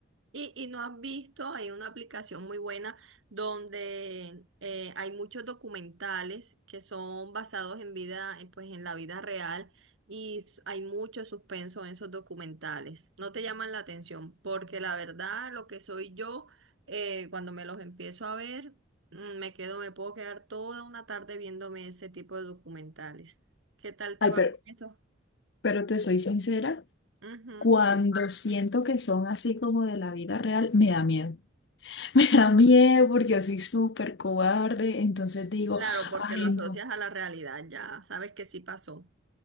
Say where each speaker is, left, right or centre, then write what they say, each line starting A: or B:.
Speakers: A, on the right; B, on the left.
A: Y, y no has visto, hay una aplicación muy buena donde eh, hay muchos documentales que son basados en vida, en, pues en la vida real y s- hay mucho suspenso en esos documentales. No te llaman la atención porque la verdad lo que soy yo, eh, cuando me los empiezo a ver, mm, me quedo, me puedo quedar toda una tarde viéndome ese tipo de documentales. ¿Qué tal te
B: Ay,
A: va
B: pero,
A: con eso?
B: pero te soy sincera.
A: Ujú.
B: Cuando siento que son así como de la vida real, me da miedo. <laughs> Me da miedo porque yo soy súper cobarde. Entonces digo,
A: Claro, porque
B: ay,
A: lo asocias
B: no.
A: a la realidad, ya sabes que sí pasó.